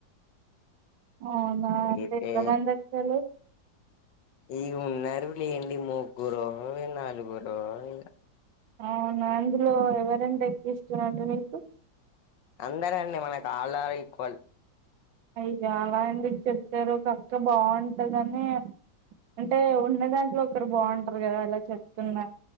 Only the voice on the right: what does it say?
అవునా అండి.
ఎంతమంది అక్కలు,
అవునా అందులో. ఎవరంటే ఎక్కువ. ఇష్టమండి మీకు,
అయ్య అలా ఎందుకు చెప్తారు. ఒక అక్క బాగుంటదని. అంటే ఉన్న దాంట్లో ఒకరు. బాగుంటారు కదా అలా, చెప్తున్నా